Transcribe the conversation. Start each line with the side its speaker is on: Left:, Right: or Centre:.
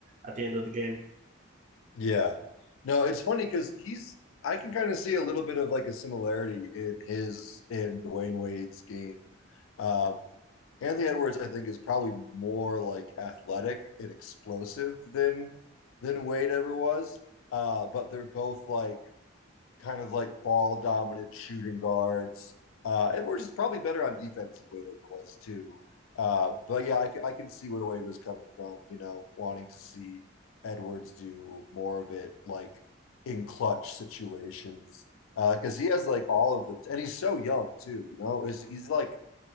Right: at the end of the game.
Left: Yeah. No, it's funny because he's I can kind of see a little bit of like a similarity in his in Dwayne Wade's game. Um, Anthony Edwards, I think, is probably more like athletic and explosive than than Wade ever was. Uh, but they're both like kind of like ball dominant shooting guards. Uh, Edwards is probably better on defense than Wade ever was too. Uh, but yeah, I I can see where Wade was coming from, you know, wanting to see Edwards do more of it like in clutch situations. Uh, because uh, he has like all of the, and he's so young too, you know, is he's like,